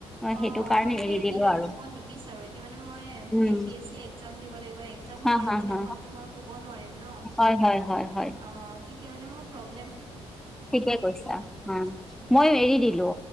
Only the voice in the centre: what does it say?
সেইটো কাৰণে
এৰি দিলোঁ
আৰু।
উম,
হা,
হা,
হা।
হয়, হয়, হয়, হয়।
ঠিকে কৈছা, অ, মই এৰি দিলো